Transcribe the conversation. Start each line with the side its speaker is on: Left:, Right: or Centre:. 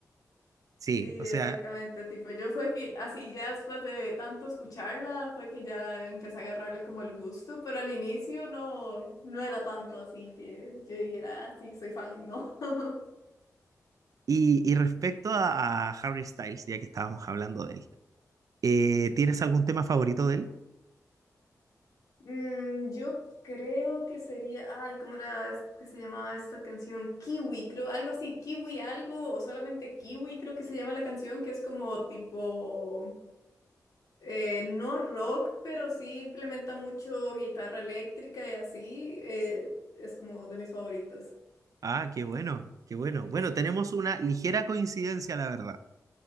Right: Sí,
Left: Sí,
Right: o
Left: exactamente,
Right: sea,
Left: tipo, yo fue que así ya después de tanto escucharla, fue que ya empecé a agarrarle como el gusto, pero al inicio no, no era tanto así que yo dijera, ah, sí, soy fan, no. <laughs>
Right: Y, y respecto a, a Harry Styles, ya que estábamos hablando de él, eh, ¿tienes algún tema favorito de él?
Left: Mm, yo creo que sería, ay, ¿cómo era es- que se llamaba esta canción? Kiwi, creo, algo así, Kiwi algo, o solamente Kiwi creo que se llama la canción, que es como tipo... Eh, no rock, pero sí implementa mucho guitarra eléctrica y así. eh, es como de mis favoritos.
Right: Ah, qué bueno, qué bueno. Bueno, tenemos una ligera coincidencia, la verdad.